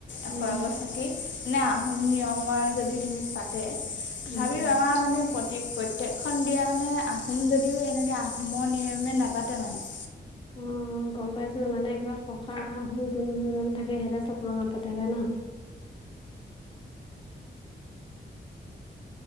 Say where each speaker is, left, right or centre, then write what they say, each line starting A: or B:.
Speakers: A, on the left (about 80°); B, on the left (about 25°).
A: এশ
B: উম
A: এগছ চাকি। কি মানে আহোম নিয়মৰে যদি তুমি পাতে, তথাপিও
B: উম
A: আমাৰ মানে- প্ৰতে-প্ৰত্যেকখন বিয়া মানে আহোম যদিও এনেকৈ আহোমৰ নিয়মে নাপাতে মানে।
B: উমঁ! অঁ গম পাইছো মানে কিবা পকা আহোম যোন থাকে সিহঁতে চব ৰঙৰ পাতে হয় ন।